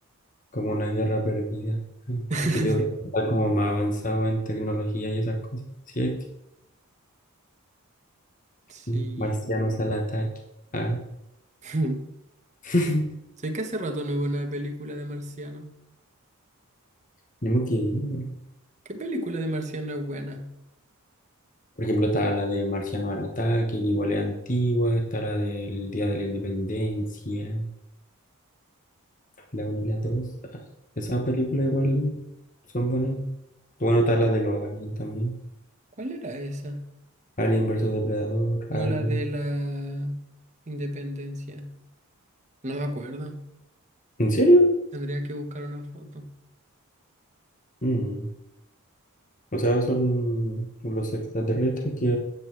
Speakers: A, on the left; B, on the right.
A: como una guerra perdida. ¿no?
B: <laughs>
A: Porque yo está como más avanzado en tecnología y esas cosas. Sí, es que
B: Sí.
A: mm, marcianos al ataque. Ah,
B: <laughs>
A: <laughs>
B: Sé que hace rato no veo una película de marciano.
A: tenemos que ir.
B: ¿Qué película de marciano es buena?
A: Por ejemplo, está la de Marciano al ataque, que igual es antigua. Está la del Día de la Independencia, la 1 y la dos Ah, esas películas igual son buenas. Bueno, está
B: ¿Cuál
A: la de los aliens también.
B: cuál era esa?
A: Alien versus Depredador, Alien.
B: No la de la independencia. No me acuerdo.
A: ¿En serio?
B: Tendría que buscar una foto.
A: Mm. O sea, son los extraterrestres que,